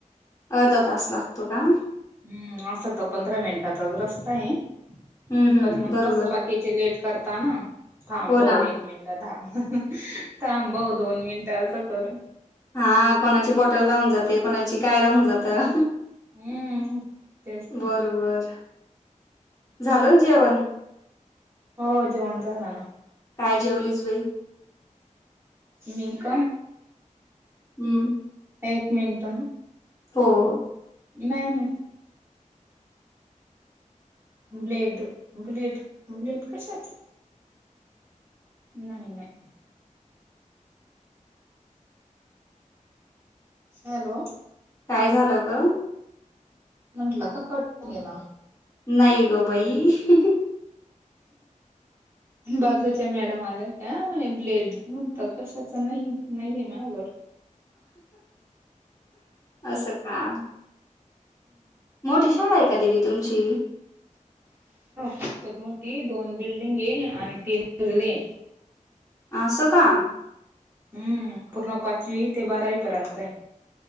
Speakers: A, on the left; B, on the right.
A: अर्धा तास लागतो का
B: हम्म अस तर पंधरा मिनिटाचा रस्ता आहे
A: हं, हं.
B: पण मग
A: बरोबर.
B: कस बाकीचे लेट करताना थांब
A: हो
B: भाऊ
A: ना.
B: एक मिनिटात ाग थांबव दोन मिनिटं असं करून
A: हा कोणाची बॉटल राहून जाते कोणाची काय राहून जातं
B: हम्म तेच
A: बरोबर झाल जेवण
B: हो जेवण झाला ना
A: काय जेवलीस बाई
B: नक
A: हम्म
B: एक मिनिट
A: हा हा
B: नाही नाही ब्लेड ब्लेड ब्लेड कशाच नाही नाही हॅलो
A: काय झालं ग
B: म्हंटलं का कट ये ना
A: नाही ग बाई
B: बाजूच्या मॅडम आल्या का ब्लेड म्हणत कशाच नाही नाहीये माजड
A: असं काय मोठी शाळा आहे का दिवी तुमची
B: खूपत मोठी दोन बिल्डिंग आहे आणि तीन गजली
A: असं का
B: हम्म पूर्ण पाचवी ते बारावी पर्यंत आहे